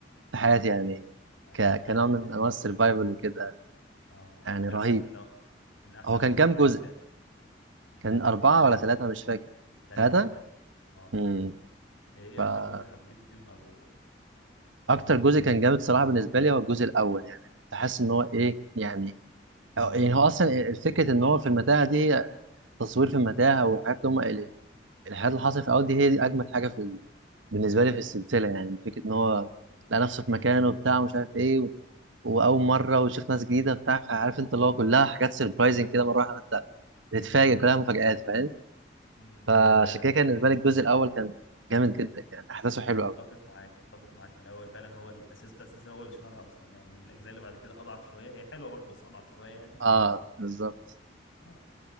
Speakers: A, on the right; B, on the left.
A: في حياتي يعني
B: اه
A: ك...
B: ده فعلا
A: كنوع من
B: يعني
A: انواع السرفايفل وكده
B: اه هو
A: يعني
B: من
A: رهيب
B: أحسن نوع... من أحسن
A: هو
B: الحاجات
A: كان
B: في
A: كام
B: النوعية
A: جزء؟
B: دي فعلا
A: كان
B: كان
A: أربعة
B: ثلاثة
A: ولا ثلاثة أنا مش فاكر
B: ثلاثة
A: ثلاثة؟
B: ثلاثة اه
A: امم
B: ايه إيه
A: فأكتر
B: أكتر جزء حبيته فيهم أو
A: جزء كان جامد صراحة بالنسبة لي هو الجزء الأول يعني كنت حاسس إن هو إيه يعني أو يعني هو أصلا الفكرة إن هو في المتاهة دي هي تصوير في المتاهة والحاجات اللي هم ال- الحاجات اللي حصلت في الأول دي هي دي أجمد حاجة في ال... بالنسبة لي في السلسلة يعني فكرة إن هو
B: مم.
A: لقى نفسه في مكانه وبتاع ومش عارف إيه و... وأول مرة ويشوف ناس جديدة بتاع فعارف أنت اللي هو كلها حاجات سربرايزنج كده مرة واحدة أنت تتفاجئ كلها مفاجآت فاهم؟
B: مم.
A: فعشان
B: فعلا
A: كده
B: ده
A: كان بالنسبه لي الجزء الاول كان جامد جدا يعني احداثه حلوه
B: متفق
A: قوي
B: معاك متفق معاك الأول فعلا هو الأساس بتاع السلسلة هو اللي شهرها أصلا يعني الأجزاء اللي بعد كده أضعف شوية هي حلوة برضه بس أضعف شوية يعني
A: اه بالظبط
B: اه